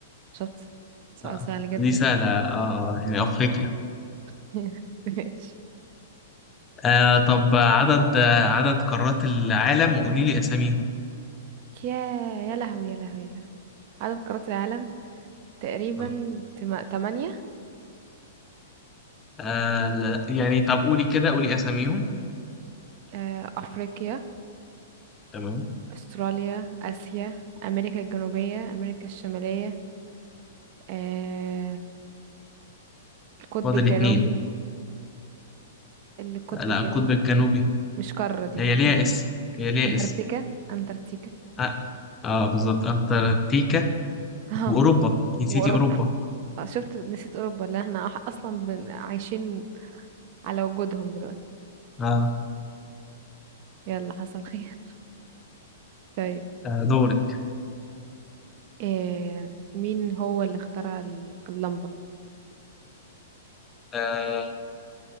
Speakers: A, on the right; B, on the left.
A: شفت سؤال
B: آه،
A: سهل جدا
B: دي سهلة اه يعني أفريقيا
A: <laughs> ماشي
B: آه، طب عدد آه، عدد قارات العالم وقولي لي أساميهم
A: يا يا لهوي يا لهوي يا لهوي عدد قارات العالم تقريبا
B: آه.
A: تم... تمانية
B: آه لا، يعني طب قولي كده قولي اساميهم
A: آه، أفريقيا
B: تمام
A: أستراليا آسيا أمريكا الجنوبية أمريكا الشمالية آه، القطب
B: فاضل
A: الجنوبي
B: اتنين
A: القطب
B: آه، لا
A: الجنوبي
B: القطب الجنوبي
A: مش قارة دي
B: هي ليها
A: مش
B: اسم
A: قارة
B: هي ليها
A: أنتاركتيكا
B: اسم
A: أنتاركتيكا <laughs>
B: اه, آه بالظبط انتاركتيكا
A: اه
B: واوروبا نسيتي
A: وأوروبا.
B: اوروبا
A: آه، شفت نسيت اوروبا اللي احنا أح- اصلا بن... عايشين على وجودهم دلوقتي
B: اه,
A: يلا حصل خير <laughs> طيب
B: آه دوري
A: إيه... مين هو اللي اخترع ال- اللمبة
B: آه